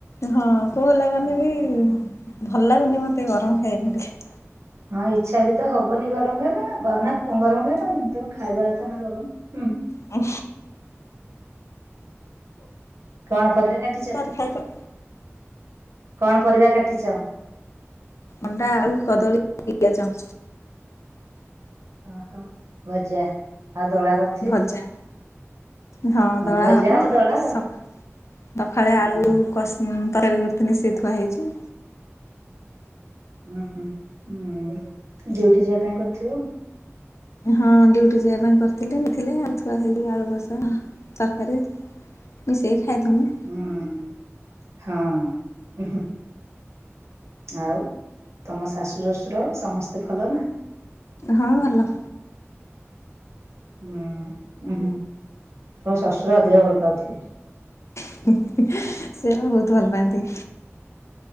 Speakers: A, on the left; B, on the right.
A: ହଁ କୋଉ ହେଲା କାନେ ବି ଭଲ ଲାଗୁନି ମତେ ଗରମ ଖାଇ <unintelligible>
B: ହଁ ଇଚ୍ଛା ବି ତ ହବନି ଗରମ ଖାଇବା ନା ଗରମ ଖାଇବା ପାଇଁ ତମେ ଖାଇବା କଥା ନା ଗରମ। ହୁଁ।
A: ଓ
B: କଣ ପରିବା କେ
A: ପରେ ଖାଇବା।
B: କଣ ପରିବା କାଟିଚ?
A: ଅଣ୍ଡା ଆଳୁ କଦଳୀ ପିଆଜ।
B: ଓହୋ ଭଜା ଆଉ ଦୋଳା କର
A: ଭଜା। ହଁ ଦଳା
B: ଭଜା
A: ହବ
B: ଆଉ ଦଳା
A: ସ
B: ଆଉ ହୁଁ
A: ସକାଳେ ଆଳୁ କଷ୍ ହୁଁ ତୟାରି କରିଥିଲି ସେ ଥୁଆ ହେଇଛି।
B: ଉଁ ହୁଁ ହୁଁ ଡ୍ୟୁଟି ଯିବା ପାଇଁ କରିଥିବ?
A: ହଁ ଡ଼୍ୟୁଟି ଯିବା ପାଇଁ କରିଥିଲି ମିଥିଲେ ଆଉ ଛୁଆ ହେଇ ଆଳୁ ବସା ତରକାରୀ। ମିସେଇକି ଖାଇଦନୁ।
B: ହୁଁ ହଁ। ଆଉ ତମ ଶାଶୁ ଶଶୁର ସମସ୍ତେ ଭଲ ନା?
A: ହଁ ଭଲ।
B: ହୁଁ ହୁଁ ହୁଁ ତମ ଶଶୁର ଅଧିକ ଭଲ ପାଉଥିବେ?
A: ହ ସେ ବହୁତ ଭଲ ପାଆନ୍ତି।